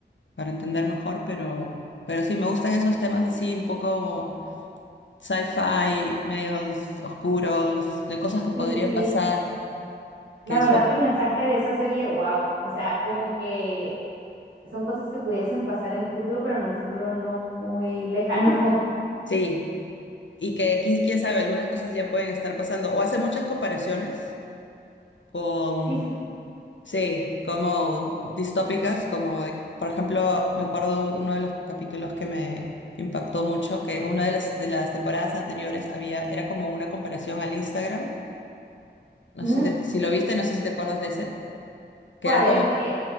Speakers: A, on the left; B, on the right.
A: para entender mejor, pero, pero sí, me gustan esos temas así un poco sci-fi, medios oscuros, de cosas que podrían
B: Sí, sí, sí.
A: pasar. Que
B: La
A: eso,
B: verdad que el mensaje de esa serie, wow, o sea, como que son cosas que pudiesen pasar en un futuro, pero en un futuro no muy lejano. <laughs>
A: sí, y que aquí, quién sabe, algunas cosas ya pueden estar pasando. O hace muchas comparaciones con,
B: Sí, sí.
A: sí, como distópicas, como, eh, por ejemplo, me acuerdo uno de los capítulos que me impactó mucho, que una de las, de las temporadas anteriores había, era como una comparación al Instagram. No
B: Ujú.
A: sé si, te- si lo viste, no sé si te acuerdas de ese, que
B: ¿Cuál?
A: era como,
B: El que,